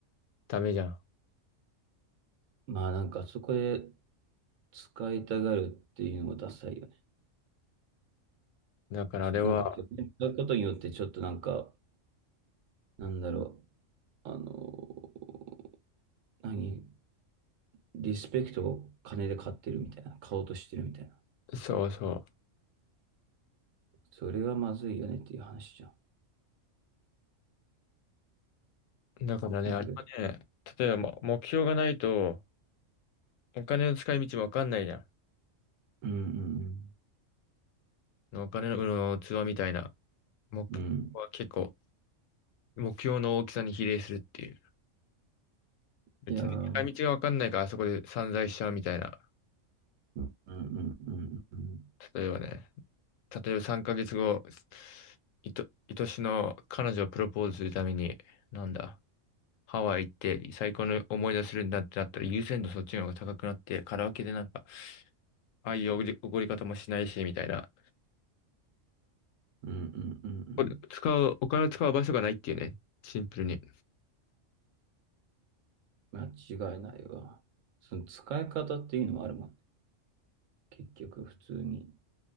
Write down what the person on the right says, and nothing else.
うん。まあなんかそこで使いたがるっていうのもダサいよね。
なんかそれ使うことによってちょっとなんか、なんだろう。あのー何リスペクトを金で買ってるみたいな。買おうとしてるみたいな。
それはまずいよねっていう話じゃん。
なんか
うんうん
うん。うん。
いやー、うんうんうんうんうん。
うんうんうんうん。
間違いないわ。その使い方っていうのもあるもんね。結局、普通に。